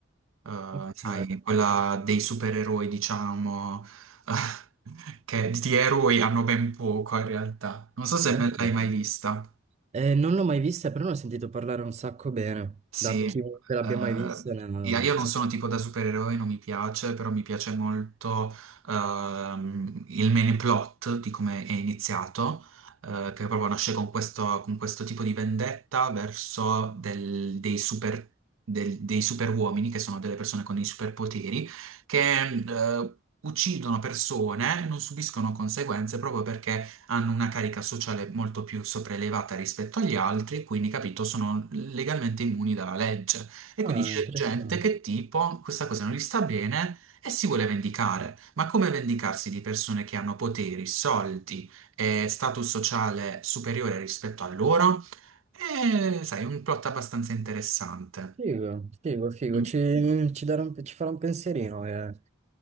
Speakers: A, on the right; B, on the right.
A: eh,
B: Ok,
A: sai, quella dei supereroi, diciamo, <laughs> eh, che di eroi hanno ben poco in realtà. Non so se
B: ok.
A: me l'hai mai vista.
B: Eh, non l'ho mai vista, però ne ho sentito parlare un sacco bene.
A: Sì,
B: Da chiunque l'abbia
A: eh,
B: mai vista, ne... ne-
A: io io non sono tipo da supereroe, non mi piace, però mi piace molto ehm, il main plot di come è iniziato, eh, che proprio nasce con questo, con questo tipo di vendetta verso del- dei super, del- dei super uomini, che sono delle persone con dei superpoteri, che eh, uccidono persone e non subiscono conseguenze proprio perché hanno una carica sociale molto più sopraelevata rispetto agli altri, quindi capito, sono legalmente immuni dalla legge. E
B: Ah,
A: quindi c'è
B: interessante.
A: gente che tipo questa cosa non gli sta bene e si vuole vendicare. Ma come vendicarsi di persone che hanno poteri, soldi e status sociale superiore rispetto a loro? È, sai, un plot abbastanza interessante.
B: Figo, figo, figo.
A: Mm.
B: Ci, ci darà un- ci farà un pensierino. eh.